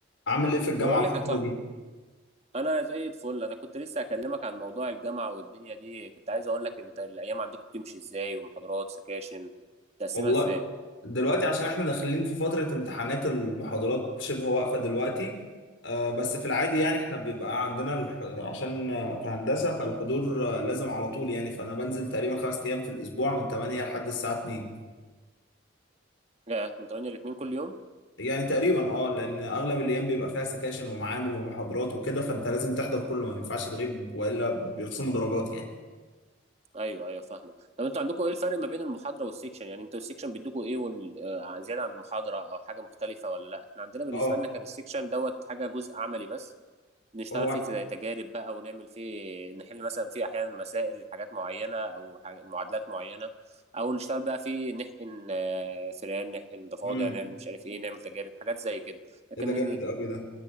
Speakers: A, on the left (about 70°); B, on the right (about 35°).
A: عامل ايه في الجامعة
B: بقول
A: الفترة
B: لك يا صاحبي
A: دي؟
B: انا زي الفل انا كنت لسه اكلمك عن موضوع الجامعه والدنيا دي كنت عايز اقول لك انت الايام عندكم بتمشي ازاي ومحاضرات سكاشن تقسمها
A: والله
B: ازاي
A: دلوقتي عشان احنا داخلين في فترة امتحانات المحاضرات شبه واقفة دلوقتي آه بس في العادي يعني احنا بيبقى عندنا الح... عشان آه، في هندسة فالحضور آه، لازم على طول يعني فانا بنزل تقريبا خمس ايام في الاسبوع من 8 لحد الساعة 2
B: آه، من 8 ل 2 كل يوم
A: يعني تقريبا اه لان اغلب الايام بيبقى فيها سكاشن ومعامل ومحاضرات وكده فانت لازم تحضر كله ما ينفعش تغيب والا بيخصموا درجات يعني
B: ايوه ايوه فاهمه طب انتوا عندكم ايه الفرق ما بين المحاضره والسيكشن يعني انتوا السيكشن بيدوكوا ايه وال... آه، زياده عن المحاضره او حاجه مختلفه ولا لا احنا عندنا بالنسبه
A: اه
B: لنا كان السيكشن دوت حاجه جزء عملي بس نشتغل
A: هو
B: فيه زي تجارب بقى ونعمل فيه نحل مثلا فيه احيانا مسائل حاجات معينه او حاجة معادلات معينه او نشتغل بقى فيه نحقن آه، فئران نحقن ضفادع
A: امم
B: نعمل مش عارف ايه نعمل تجارب حاجات زي كده لكن
A: ايه ده جامد قوي ده